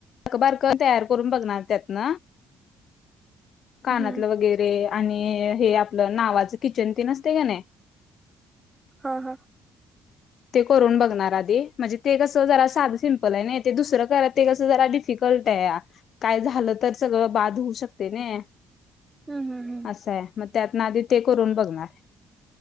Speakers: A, on the left; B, on the right.
A: बारक तयार करून बघणार त्यातन, कानातलं
B: हम्म
A: वगैरे रे आणि हे आपलं नावाचं किचन तेन असतय कनी
B: हं हं.
A: ते करून बघणार आधी. म्हणजे ते कसं जरा साधं सिंपल आहे नाही, ते दुसरं करा ते कसं जरा डिफ फिकल्ट आहे. काय झालं तर सगळं बाद होऊ शकतय नाय.
B: हं हं हं.
A: असंये. मग त्यातन आधी ते करून बघणार.